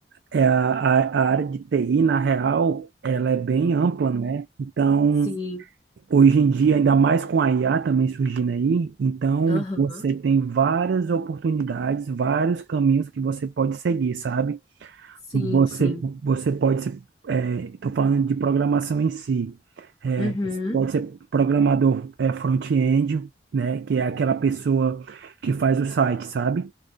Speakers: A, on the right (about 75°); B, on the left (about 20°).
A: é a, a a área de TI, na real, ela é bem ampla, né? Então,
B: sim,
A: hoje em dia, ainda mais com a IA também surgindo aí, então
B: aham,
A: você tem várias oportunidades, vários caminhos que você pode seguir, sabe?
B: sim,
A: Você,
B: sim,
A: você pode ser, estou falando de programação em si. É,
B: uhum,
A: você pode ser programador é, front-end, né? Que é aquela pessoa que faz o site, sabe?